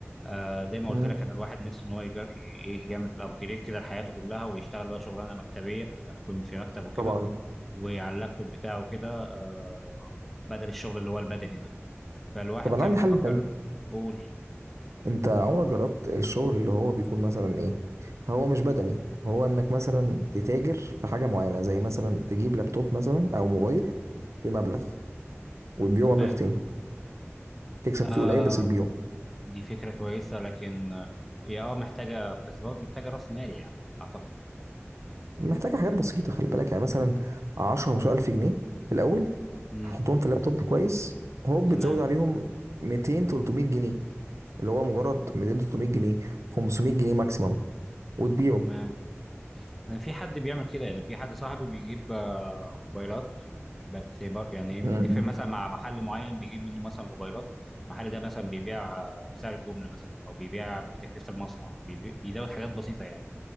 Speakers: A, in the centre; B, on the right (about 80°).
A: آه زي ما
B: امم
A: قلت لك أنا الواحد نفسه إن هو يجر... ي- إيه يعمل أبجريد كده لحياته كلها ويشتغل بقى شغلانة مكتبية يعني يكون في مكتب وكده
B: طبعا
A: وعلى اللابتوب بتاعه كده آه بدل الشغل اللي هو البدني ده فالواحد
B: طب انا
A: كان
B: عندي
A: بيفكر
B: حل تاني،
A: قول
B: انت عمرك جربت الشغل اللي هو بيكون مثلا ايه هو مش بدني هو انك مثلا تتاجر في حاجة معينة زي مثلا تجيب لابتوب مثلا او موبايل بمبلغ وتبيعه
A: تمام
B: مبلغ تاني تكسب
A: آه
B: فيه قليل بس تبيعه
A: دي فكرة كويسة لكن آه، هي اه محتاجة بس برضه محتاجة رأس مالي يعني أعتقد
B: محتاجة حاجات بسيطة خلي بالك يعني مثلا 10 15 ألف جنيه في الأول
A: امم
B: هتحطهم في اللابتوب كويس هوب
A: تمام
B: بتزود عليهم 200 300 جنيه اللي هو مجرد 200 300 جنيه 500 جنيه ماكسيمم وتبيعه
A: تمام أنا في حد بيعمل كده يعني في حد صاحبي بيجيب آه، موبايلات بس بر... يعني متفق
B: مم.
A: مثلا مع محل معين بيجيب منه مثلا موبايلات المحل ده مثلا بيبيع آه، بسعر الجملة مثلا أو بيبيع بتكلفة المصنع بيبي... بيزود حاجات بسيطة يعني